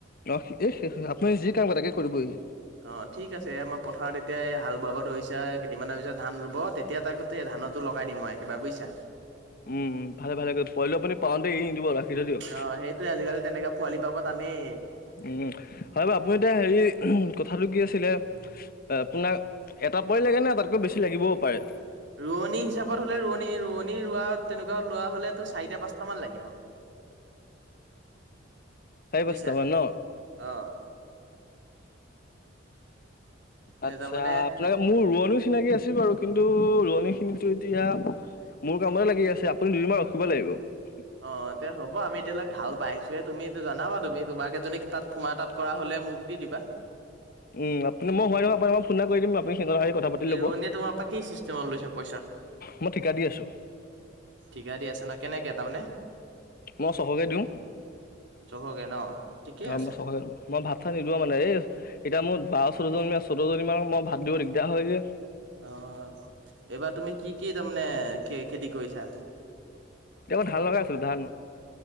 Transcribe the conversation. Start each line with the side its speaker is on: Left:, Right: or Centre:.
Left: ন শেষ আপুনি যি কাম বা তাকে কৰিবইহি
Right: অ, ঠিক আছে আমাৰ পথাৰত এতিয়া এই হাল বহাবত ধৰি হৈছে কেইদিনমানৰ পিছত ধান ৰুবত তেতিয়া তাই কোতে সেই ধানতো লগাই দিম মই একেবাৰে বুইছা।
Left: উম, ভালে - ভালে পলে পুনি পওঁতে এ দিব ৰাখিছ দিয়ক।
Right: অ', সেইটোৱে আজিকালি তেনেকা পোৱালি পাব টানেই।
Left: উম, হয় বাৰু আপুনি এতিয়া হেৰি ক কথাটো কি আছিলে আপোনাক এটা পই লাগে নে তাতকৈ বেছি লাগিবও পাৰে।
Right: ৰোৱনী হিচাপত হ'লে ৰোৱনী ৰোৱনী - ৰোৱা তেনেকুৱা লোৱা হলেটো চাৰিটা পাঁচ মান লাগিব।
Left: সাই
Right: বুজিছা।
Left: বস্তাবাৰ ন
Right: অ',
Left: আচ্ছা
Right: এ তাৰমানে
Left: আপোনাৰ মোৰ ৰ ৰী চিনাকি আছিল বাৰু কিন্তু ৰোৱনী খিনি এতিয়া মোৰ কামতে লাগি আছে আপুনি দুদিনমান ৰখিব লাগিব।
Right: অ, তে হ'ব আমি এতিয়ালৈকোল পাইছোৱয়ে তুমি জনা তুমি তোমাক এজনীক তাত ফোমা তাত কৰা হ'লে মোক দি দিবা।
Left: উম, আপুনি মই হয় নহয় আপোনাক মই ফোন এটা কৰি দিম আপুনি সিহতৰ আহি কথা পাতি
Right: কি
Left: লব
Right: ৰোৱনীয়ে তোমাৰ পৰা কি চিষ্টেমত লৈছে পইচা
Left: মই ঠিকা দি আছো।
Right: ঠিকা দি আছে ন কেনেকে তাৰমানে
Left: মই চহকে দিওঁ।
Right: চবকে ন ঠিকে
Left: অ,
Right: আছে
Left: মই চ মই ভাত চাত নিদোৱা মানে এ এতিয়া মোৰ বাৰও জন আছো। চতজনী ম মই ভাত দিব দিগদাৰ হয় যে
Right: অ, এইবাৰ তুমি কি - কি তাৰমানে খ খেতি কৰিছা?
Left: এ মই ধান লগাই আছিলো ধান।